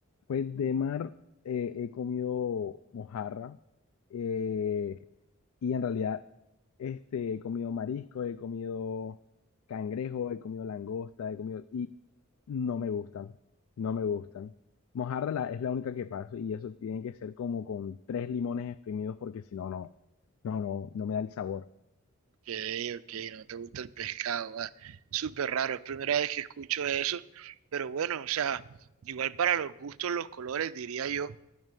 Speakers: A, on the left; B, on the right.
A: pues de mar eh, he comido mojarra. eh, Y en realidad, este, he comido marisco, he comido cangrejo, he comido langosta, he comido... Y no me gustan, no me gustan. Mojarra la- es la única que paso y eso tiene que ser como con tres limones exprimidos porque si no, no, no, no, no me da el sabor.
B: Ok, ok, no te gusta el pescado, ah, Súper raro, es primera vez que escucho eso, pero bueno, o sea, igual para los gustos, los colores, diría yo